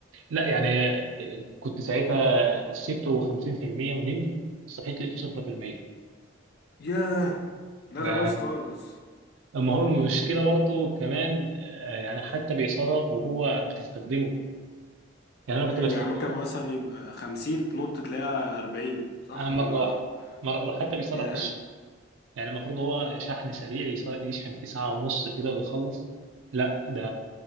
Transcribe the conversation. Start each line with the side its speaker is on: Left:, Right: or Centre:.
Right: لا يعني كنت ساعتها سبته 50% ونمت صحيت لقيته 0%
Left: ياه لا
Right: آه،
Left: ده بايظ خالص
Right: أما هو المشكلة برضه كمان آه، يعني حتى بيسرب وهو بتستخدمه يعني أنا
Left: مم،
Right: كنت بستخدمه
Left: يعني ممكن مثلا يبقى 50 تنط تلاقيها 40 صح
Right: آه، مرة
Left: ولا
Right: واحدة مرة وحتى بيسرب
Left: ياه
Right: في يعني المفروض هو شحن سريع يص- يشحن في ساعة ونص كده ويخلص لا ده